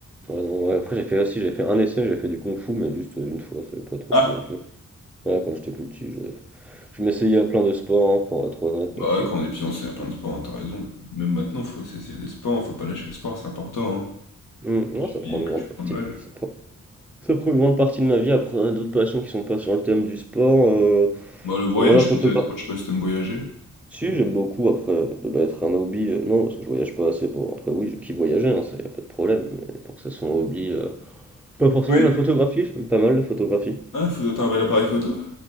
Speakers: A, in the centre; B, on the left (about 85°).
A: ouais, non, ouais, après j'ai fait aussi, j'ai fait un essai, j'ai fait du kung fu, mais juste euh, une fois, ça n'avait pas trop
B: Ah!
A: plu non plus. Ouais, quand j'étais plus petit, je, je m'essayais à plein de sports, hein, pour être honnête, donc.
B: Bah, ouais,
A: euh,
B: quand on est fiancé, il y a plein de sports, hein, tu raison. Même maintenant, faut s'essayer des sports, hein, faut pas lâcher le sport, c'est important, hein.
A: hum, non,
B: Tu
A: ça prend
B: vis,
A: une
B: plus
A: grande
B: tu
A: partie.
B: prends de l'âge.
A: Ça prend, ça prend une grande partie de ma vie, après d'autres passions qui sont pas sur le thème du sport. euh,
B: Bah, le voyage
A: voilà, photographe.
B: peut-être, hein, je sais pas si t'aimes voyager?
A: Si, j'aime beaucoup, après, euh, ça doit être un hobby, euh, non, parce que je voyage pas assez pour... Après, oui, je kiffe voyager, hein, ça, y a pas de problème, mais pour que ça soit un hobby... euh, Pas forcément
B: Oui.
A: la photographie, j'aime pas mal la photographie.
B: Ah, faut toi un bel appareil photo?